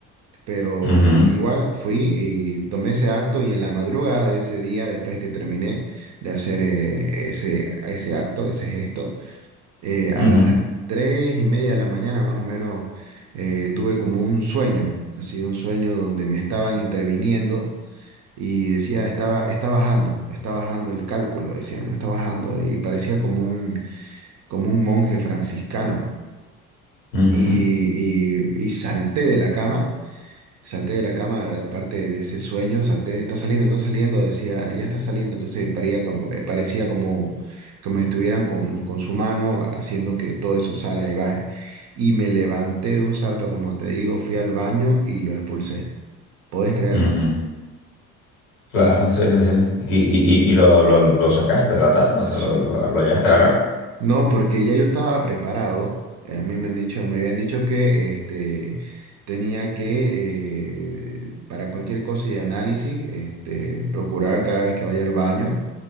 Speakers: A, on the right; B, on the left.
A: pero
B: Ujú.
A: igual fui y tomé ese acto y en la madrugada de ese día, después que terminé de hacer eh, ese, ese acto, ese gesto, eh, a
B: Ujú.
A: las tres y media de la mañana más o menos eh, tuve como un sueño, así un sueño donde me estaban interviniendo y decía, estaba, está bajando, está bajando el cálculo, decía, no está bajando y parecía como un, como un monje franciscano.
B: Ujú.
A: Y, y- y salté de la cama Salté de la cama, parte de ese sueño, salté, está saliendo, está saliendo, decía, ya está saliendo. Entonces paría como- eh, parecía como que me estuvieran con, con su mano haciendo que todo eso salga y baje. Y me levanté de un salto, como te digo, fui al baño y lo expulsé. ¿Podés creerlo?
B: Ujú. Claro, sí, sí, sí. ¿Y, y, y y lo, lo, lo sacaste de la taza? O
A: Sí,
B: sea, ¿lo, lo, lo llegaste a agarrar?
A: No, porque ya yo estaba preparado. eh, A mí me han dicho, me habían dicho que este, tenía que, eh, para cualquier cosa y análisis, este, procurar cada vez que vaya al baño,